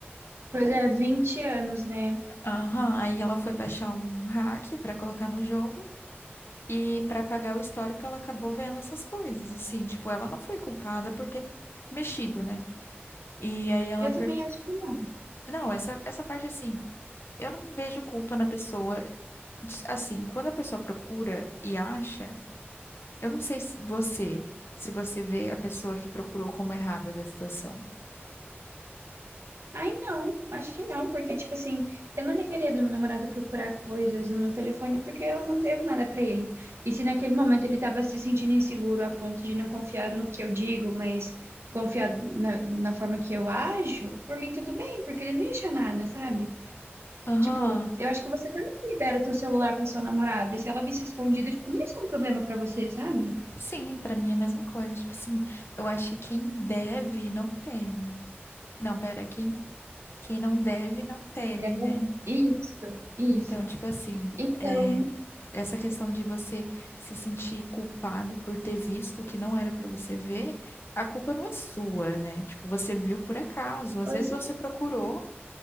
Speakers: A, on the right; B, on the left.
A: Pois é, 20 anos, né?
B: Aham, Aí ela foi baixar um hack pra colocar no jogo e pra apagar o histórico ela acabou vendo essas coisas, assim, tipo, ela não foi culpada por ter mexido, né? E aí ela
A: Eu
B: per...
A: também acho que não.
B: Não, essa essa parte assim, eu não vejo culpa na pessoa, assim, quando a pessoa procura e acha, eu não sei se você, se você vê a pessoa que procurou como errada da situação.
A: Ai, não, acho que não, porque, tipo assim, eu não ligaria do meu namorado procurar coisas no meu telefone porque eu não devo nada pra ele. E se naquele momento ele tava se sentindo inseguro a ponto de não confiar no que eu digo, mas confiar na, na forma que eu ajo, por mim tudo bem, porque ele não ia achar nada, sabe?
B: Aham.
A: Tipo, eu acho que você também libera o teu celular pra sua namorada, e se ela visse escondido, tipo, não ia ser um problema pra você, sabe?
B: Sim, pra mim é a mesma coisa, tipo assim, eu acho que quem deve não teme. Não, pera, quem Quem não deve, não teme,
A: Deve-
B: né?
A: Isso, isso.
B: Então, tipo assim,
A: Então,
B: é, essa questão de você se sentir culpado por ter visto o que não era pra você ver, a culpa não é sua, né? Tipo, você viu por acaso, às
A: pois
B: vezes você procurou,